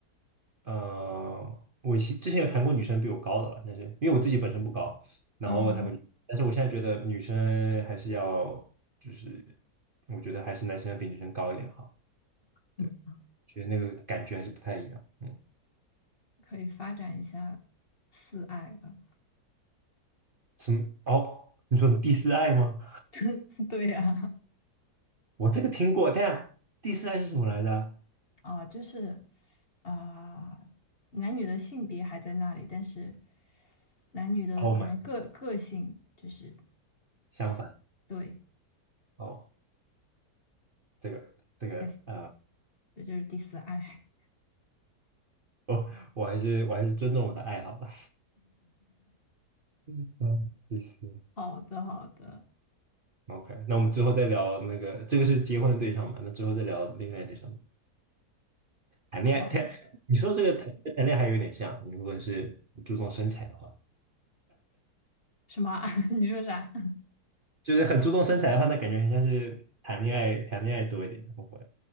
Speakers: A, on the right (about 40°); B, on the left (about 35°).
A: 呃，我其之前有谈过女生比我高的了，但是因为我自己本身不高，然后我谈过女，
B: 嗯
A: 但是我现在觉得女生还是要，就是我觉得还是男生比女生高一点好，
B: 嗯，
A: 对，觉得那个感觉还是不太一样，嗯。
B: 可以发展一下四爱吧。
A: 什么？哦，你说什么第四爱吗？
B: <laughs> 对呀，
A: 我这个听过，但第四爱是什么来着
B: 啊，就是啊，男女的性别还在那里，但是男女的可能个个性就是
A: o h my，god，相反
B: 对
A: 哦，这个这个啊，
B: ，yes，这就是第四爱。
A: 哦，我还是我还是尊重我的爱好吧。<laughs> 嗯，第四
B: <laughs> 好的，好的，
A: 爱，OK，那我们之后再聊那个，这个是结婚的对象嘛？那之后再聊另外的对象。谈恋爱，
B: 好啊，
A: 谈，你说这个谈谈恋爱还有点像，你如果是注重身材的话，
B: 什么啊 <laughs> 你说啥？
A: 就是很注重身材的话，那感觉很像是谈恋爱，谈恋爱多一点，会不会？